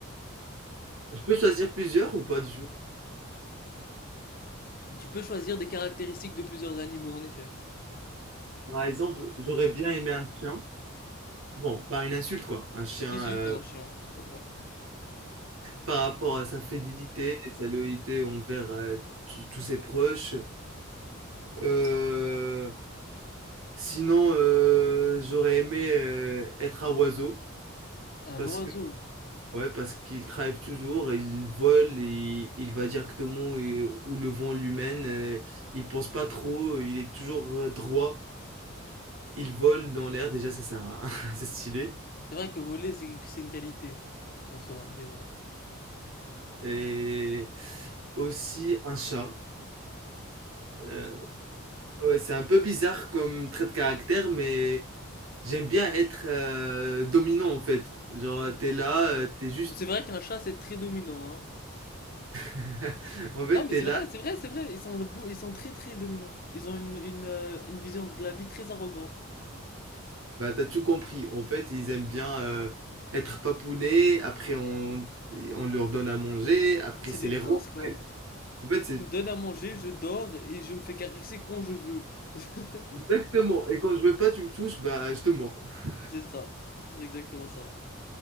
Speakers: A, on the right; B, on the left.
A: je peux choisir plusieurs ou pas du tout?
B: Tu peux choisir des caractéristiques de plusieurs animaux, en effet.
A: Par exemple, j'aurais bien aimé un chien. Bon, pas une insulte quoi, un chien
B: Si, si,
A: euh,
B: t'es un chien, c'est pas grave.
A: par rapport à sa fidélité et sa loyauté envers euh, tous tous ses proches. Euh, sinon, euh, j'aurais aimé euh, être un oiseau
B: Un
A: parce
B: oiseau.
A: que ouais, parce qu'il travaille toujours, il vole et il va directement et- où le vent lui mène. euh, il pense pas trop, il est toujours euh, droit. Il vole dans l'air. Déjà, ça c'est un- <laughs> c'est stylé.
B: C'est vrai que voler, c'est c'est une qualité, en soi, déjà.
A: Et aussi un chat. Euh, ouais, c'est un peu bizarre comme trait de caractère, mais j'aime bien être euh, dominant en fait. Genre, t'es là, euh, t'es juste
B: Mais C'est vrai qu'un chat, c'est très dominant, hein.
A: <laughs> En fait,
B: Non, mais
A: t'es
B: c'est
A: là,
B: vrai, c'est vrai, c'est vrai. Ils sont beaux, ils sont très, très dominants. Ils ont une, une, euh, une vision de la vie très arrogante.
A: bah, t'as tout compris. En fait, ils aiment bien euh, être papounés, après on, on leur donne à manger, après
B: C'est
A: c'est
B: des
A: les
B: princes,
A: rois.
B: quoi.
A: En fait, c'est
B: Tu me donnes à manger, je dors et je me fais caresser quand je veux. <laughs>
A: exactement. Et quand je veux pas, tu me touches, bah je te mords. <laughs>
B: C'est ça, c'est exactement ça.